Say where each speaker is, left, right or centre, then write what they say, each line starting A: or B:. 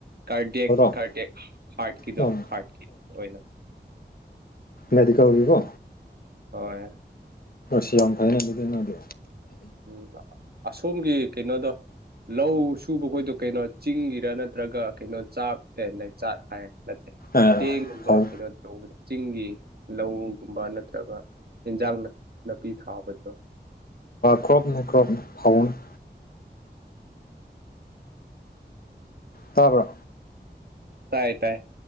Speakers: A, on the right; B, on the left.
A: ꯀꯥꯔꯗꯦꯛ
B: ꯑꯣ
A: ꯀꯥꯔꯗꯦꯛ ꯄꯥꯔꯠꯀꯤꯗꯣ
B: ꯍꯣꯏ
A: ꯄꯥꯔꯠꯀꯤ ꯑꯣꯏꯅ
B: ꯃꯦꯗꯤꯀꯥ ꯑꯣꯏꯒꯤꯀꯣ
A: ꯍꯣꯏ
B: ꯁꯤ ꯌꯥꯝꯝ ꯐꯥꯏ ꯅꯪꯗꯗ ꯅꯪꯗꯦ
A: ꯎꯝ ꯑꯁꯣꯝꯒꯤ ꯀꯩꯅꯣꯗꯣ ꯂꯧ ꯁꯨꯕꯈꯣꯏꯗꯣ ꯀꯩꯅꯣ ꯆꯤꯡꯒꯤꯔꯥ ꯅꯠꯇ꯭ꯔꯒ ꯀꯩꯅꯣ ꯆꯥꯛ ꯆꯥꯛ ꯍꯥꯏ ꯅꯠꯇ꯭ꯔꯦ
B: ꯑꯦ
A: ꯆꯦꯡꯒꯨꯝꯕ
B: ꯐꯧ
A: ꯀꯩꯅꯣ ꯇꯧꯕꯗ ꯆꯤꯡꯒꯤ ꯂꯧꯒꯨꯝꯕ ꯅꯠꯇ꯭ꯔꯒ ꯏꯟꯖꯥꯡ ꯅꯥꯄꯤ ꯊꯥꯕꯗꯨꯗꯣ
B: ꯀ꯭ꯔꯣꯞꯅꯦ ꯀ꯭ꯔꯣꯞ ꯐꯥꯎꯅꯤ <unintelligible> ꯇꯥꯕ꯭ꯔꯣ
A: ꯇꯥꯏ ꯇꯥꯏ